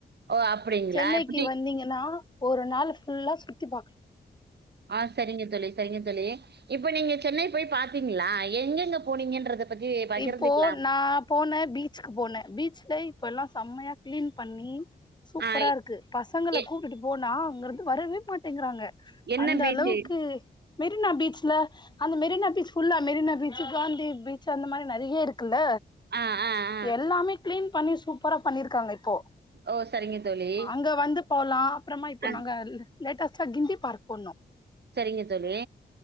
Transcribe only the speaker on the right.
ஓ அப்டிங்களா
எப்டி
ஆஹ் சரிங்க தோழி சரிங்க தோழி இப்ப நீங்க சென்னை போய் பாத்தீங்களா எங்கெங்க போனீங்கன்றத பத்தி பகிர்ந்துக்கலாமே
ஆ
எ
என்ன
பீச்சு
ஆ ஆ ஆ
ஓ சரிங்க தோழி
ஆ
செரிங்க தோழி